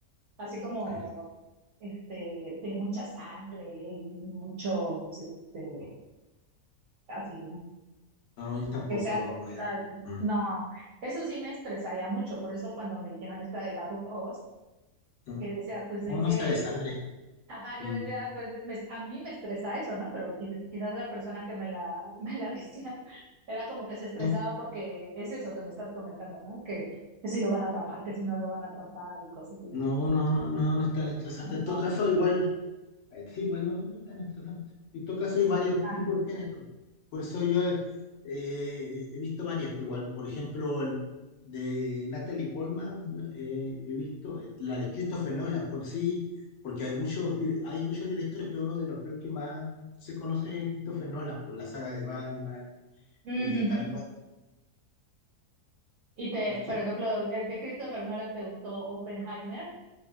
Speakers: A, on the right; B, on the left.
A: así como,
B: ahí está.
A: este, de mucha sangre y mucho, este, así,
B: No, yo tampoco
A: que sea, co-
B: veo.
A: no,
B: Mm,
A: no, eso sí me estresaría mucho, por eso cuando me dijeron esta de la of Us,
B: mm.
A: que decía, pues de
B: No,
A: qué,
B: no sale sangre.
A: ajá,
B: Mm,
A: yo decía, pues me- a mí me estresa eso, ¿no? Pero qui- quizás la persona que me la, <laughs> me la decía era como que se estresaba
B: No,
A: porque es eso que me estás comentando, ¿no? Que, que si lo van a atrapar, que si no lo van a atrapar y cosas así.
B: no, no, no, no, no es tan estresante.
A: Ajá.
B: En todo caso, igual... Ahí Sí, pues no, no es tan estresante. En todo caso hay varios
A: Ah,
B: tipos de género. Por eso yo eh, eh, he visto varias, pues igual, por ejemplo, el de Natalie Portman, ¿no? Eh, he visto eh, la de Christopher Nolan, con sí, porque hay muchos, dir- hay muchos directores, pero uno de los creo que más se conoce es Christopher Nolan, por la saga de Batman,
A: ujú,
B: eh,
A: ujú.
B: también
A: Y te,
B: va-
A: por ejemplo, ¿el de Christopher Nolan te gustó Oppenheimer